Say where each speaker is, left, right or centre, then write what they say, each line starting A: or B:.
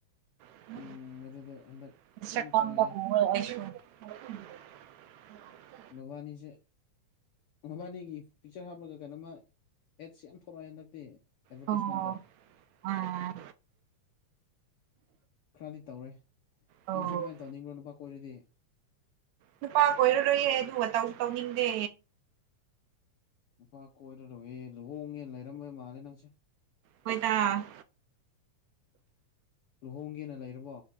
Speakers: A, on the right (about 80°); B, on the left (about 70°).
A: <unintelligible>
B: ꯎꯝ ꯑꯗꯨꯗꯣ ꯍꯟꯗꯛ ꯐꯖꯅ
A: ꯑꯩꯁꯨ
B: ꯆꯠꯂꯦ
A: <unintelligible>
B: ꯃꯕꯥꯅꯤꯁꯦ ꯃꯕꯥꯅꯤꯒꯤ ꯄꯤꯛꯆꯔ ꯍꯥꯞꯄꯒ ꯀꯩꯅꯣꯃ ꯑꯦꯠꯁ ꯌꯥꯝ ꯊꯣꯔꯛꯑꯦ ꯍꯟꯗꯛꯇꯤ ꯑꯦꯠꯚꯥꯔꯇꯤꯁꯃꯦꯟꯗꯣ
A: ꯑꯣ ꯑꯥ
B: ꯈꯔꯗꯤ ꯇꯧꯔꯦ
A: ꯑꯧ
B: ꯅꯪꯁꯨ ꯑꯗꯨꯃꯥꯏꯅ ꯇꯧꯅꯤꯡꯕ꯭ꯔꯣ ꯅꯨꯄꯥ ꯀꯣꯏꯔꯗꯤ
A: ꯅꯨꯄꯥ ꯀꯣꯏꯔꯔꯣꯏꯌꯦ ꯑꯗꯨ ꯇꯧꯁꯨ ꯇꯧꯅꯤꯡꯗꯦ
B: ꯅꯨꯄꯥ ꯀꯣꯏꯔꯔꯣꯏꯌꯦ ꯂꯨꯍꯣꯡꯒꯦꯅ ꯂꯩꯔꯝꯕ ꯃꯥꯜꯂꯦ ꯅꯪꯁꯦ
A: ꯍꯣꯏꯗ
B: ꯂꯨꯍꯣꯡꯒꯦꯅ ꯂꯩꯔꯕꯣ